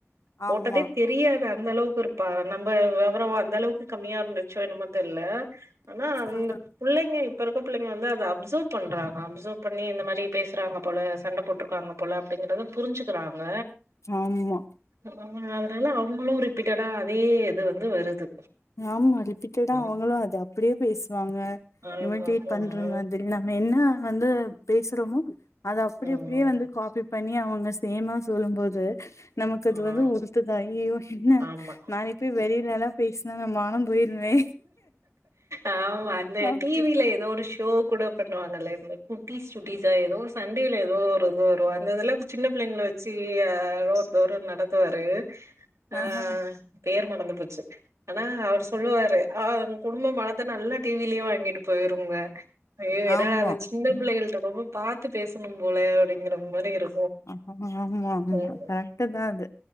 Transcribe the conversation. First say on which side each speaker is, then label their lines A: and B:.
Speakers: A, on the right; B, on the left.
A: போட்டதே
B: ஆமா
A: தெரியாது அந்த அளவுக்கு இருக் ப்ப நம்ப விவர அந்த அளவுக்கு கம்மியா இருந்துச்சோ என்னமோ தெர்ல்ல ஆனா அந்த
B: ஆ
A: புள்ளைங்க இப்ப இருக்கற பிள்ளைங்க வந்து அத அப்சவ் பண்றாங்க அப்சவ் பண்ணி இந்த மாரி பேசுறாங்க போல சண்டை போட்யிருக்காங்க போல அப்டிங்கறத புரிஞ்சுகிறாங்க
B: ஆமா
A: அ அதனால அவங்களு ரிப்பீட்டடா அதே இது வந்து வருது
B: ஆமா ரிப்பீட்டடா
A: ம்
B: அவங்களு அத அப்டியே பேசுவாங்க
A: ஆமா
B: இமடேட்
A: ம்
B: பண்ற மாதி ரி நம்ம என்ன வந்து பேசுறோமோ அத அப்டி
A: ம்
B: அப்டியே வந்து காபி பண்ணி அவங்க சே மா சொல்லு போது நமக்கு அது
A: ஆ
B: வந்து உறுத்து அய்யய்யோ என்ன
A: ஆமா
B: நாளைக்கு போய் வெளியிலெல்லா பேசி நம்ம மானம் போயிரும்மே
A: ஆமா அந்த
B: அப்டி
A: டி வில ஏதோ ஒரு ஷோ கூட பண்ணுவாங்கல்ல இந்த குட்டீஸ் சுட்டீஸா ஏதோ ஒரு சண்டேயில ஏதோ ஒரு இது வரு இந்த இதெல்லா சின்ன பிள்ளைங்கள வச்சு ஆ ஒருத்தரு நடத்துவாரு ஆ
B: ஆஹா
A: பேர் மறந்து போச்சு ஆனா அவரு சொலுவாரு ஆ குடும்ப மானத்த நல்லா டி விலே வாங்கிட்டு போயிருங்க ஐயோ ஏனாடா
B: ஆமா
A: அத சின்ன பிள்ளைகள்ட்ட
B: ம்
A: ரொம்ப பாத்து பேசணு போல அப்டிங்கிற மாரி இருக்கு
B: ஆமா ஆமா
A: ம்
B: கரெக்டு தா அது